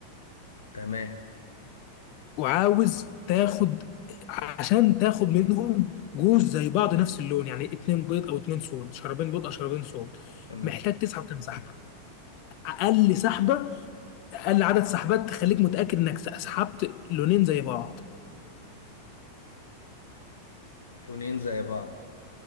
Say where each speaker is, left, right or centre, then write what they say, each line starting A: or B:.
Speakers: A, on the left (about 70°); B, on the left (about 45°).
A: تمام
B: وعاوز تاخد عشان تاخد منهم جوز زي بعض نفس اللون يعني اتنين بيض او اتنين صوت شرابين بيض او شرابين صوت
A: تمام
B: محتاج تسحب كام سحبه اقل سحبه اقل عدد سحبات تخليك متاكد انك سحبت لونين زي بعض
A: لونين زي بعض